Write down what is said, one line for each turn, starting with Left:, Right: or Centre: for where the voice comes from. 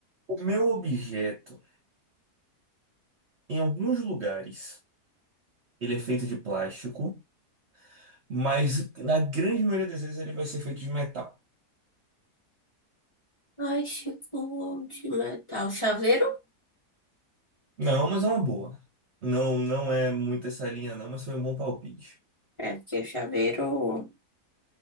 Right: O meu objeto, em alguns lugares, ele é feito de plástico. Mas na grande maioria das vezes ele vai ser feito de metal.
Left: Ai, chegou de metal. Chaveiro?
Right: Não, mas é uma boa. Não, não é muito essa linha não, mas foi um bom palpite.
Left: É, porque o chaveiro,